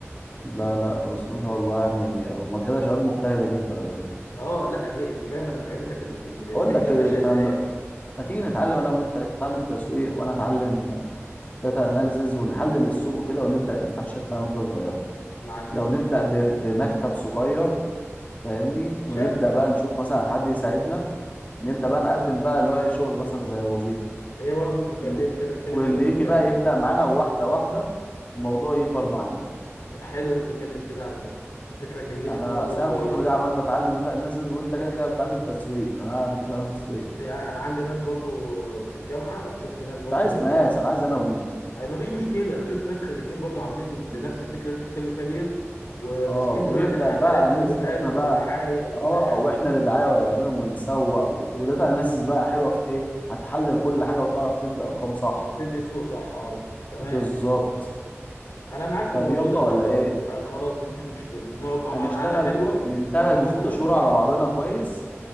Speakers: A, on the left; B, on the left.
A: لا لا بس ما شاء الله يعني هما كده شباب مجتهده جدا على فكره
B: اه لا غير انت فاهم انا فهمتك ال- ال- الفكره
A: بقول لك ايه
B: ماشيه
A: إحنا
B: ازاي
A: ب- ما تيجي نتعلم انا وانت انت تتعلم تسويق وانا اتعلم داتا اناليسز ونحلل السوق كده ونبدا نفتح شركه انا وانت صغيره
B: ما عنديش
A: لو
B: مشكله
A: نبدا ب- بمكتب صغير فاهمني
B: شقه
A: ونبدا بقى نشوف مثلا حد يساعدنا نبدا بقى نقدم بقى اللي هو الشغل مثلا زي وظيفه
B: هي برضه مش مكلفه
A: و-
B: اللي انت بتتكلم
A: واللي
B: في ده مش
A: يجي
B: مكلف
A: بقى يبدا معانا واحده واحده الموضوع يكبر معانا
B: حلو اللي انت بتتكلم في ده على فكره فكره كرييتيف
A: انا
B: برضه
A: اصل
B: كويس
A: انا الفتره دي عمال بتعلم داتا اناليسز وانت كده كده بتتعلم تسويق انا عارف انت بتتعلم تسويق
B: يعني انا عندي ناس برضو في الجامعه أنا شفت ناس برضو
A: مش عايز ناس انا عايز انا وانت
B: أي مفيش مشكله انا شفت ناس خريجين برضو عاملين زي نفس الفكره اللي انت بتتكلم فيها ديت وماسكين
A: اه ويبدا
B: دلوقتي الحفلات
A: بقى نمسك
B: لوجوهات
A: احنا
B: ودعايه
A: بقى
B: وكل
A: اه
B: حاجه
A: واحنا اللي دعايه والاعلان ونسوق وداتا اناليسز بقى حلوه في ايه هتحلل كل حاجه وتعرف تدي ارقام صح
B: اه تدي السوق صح اه تمام
A: بالظبط
B: انا معاك في
A: طب
B: الموضوع
A: يلا
B: ده
A: ولا
B: خلاص
A: ايه
B: آه خلاص مفيش مشكله نقعد مع بعض
A: هنشتغل
B: قعده حلوه
A: من
B: في كافيه
A: ثلاث
B: بكره
A: لست شهور على بعضنا كويس